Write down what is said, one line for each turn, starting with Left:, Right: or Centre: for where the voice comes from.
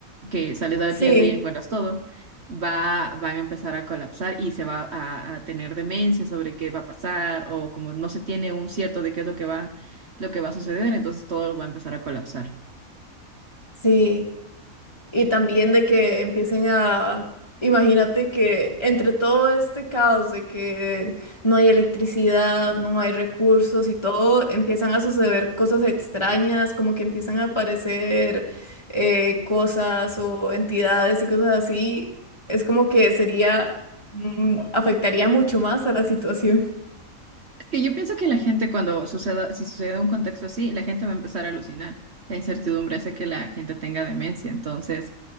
Right: que sales a
Left: sí,
Right: la tienda y encuentras todo, va, van a empezar a colapsar y se va a, a tener demencia sobre qué va a pasar o como no se tiene un cierto de qué es lo que va, lo que va a suceder, entonces todo va a empezar a colapsar.
Left: sí. Y también de que empiecen a, imagínate que entre todo este caos de que no hay electricidad, no hay recursos y todo, empiezan a suceder cosas extrañas, como que empiezan a aparecer eh, cosas o entidades y cosas así. Es como que sería, mm, afectaría mucho más a la situación. <laughs>
Right: Que yo pienso que la gente cuando suceda, si sucede un contexto así, la gente va a empezar a alucinar. La incertidumbre hace que la gente tenga demencia, entonces